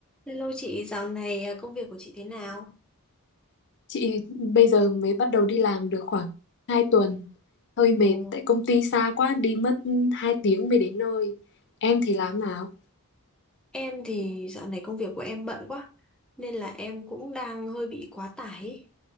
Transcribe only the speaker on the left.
Chị bây giờ mới bắt đầu đi làm được khoảng 2 tuần. Hơi mệt
tại công ty xa quá đi mất 2 tiếng mới đến nơi. Em thì làm nào?